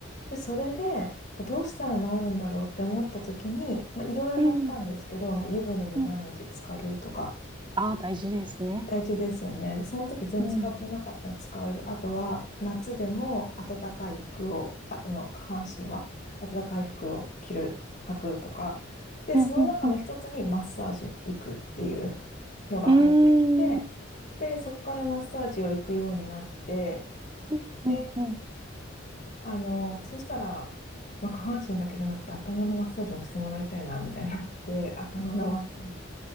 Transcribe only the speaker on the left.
で、それで、どうしたら治るんだろうって思った時に、まあ、いろいろやったんですけど、
まあ、湯船に毎日浸かるとか、
大事ですよね。その時全然使ってなかったら使う。
あとは、夏でも暖かい服を、ああの、下半身は暖かい服を着る、履くとか。で、
その中の一つにマッサージ行くっていう
のが入ってきて、
で、そこからマッサージを行くようになって、
で、
あの、そしたら、まあ、下半身だけじゃなくて頭のマッサージもしてもらいたいな、みたいになって、頭のマッサージ。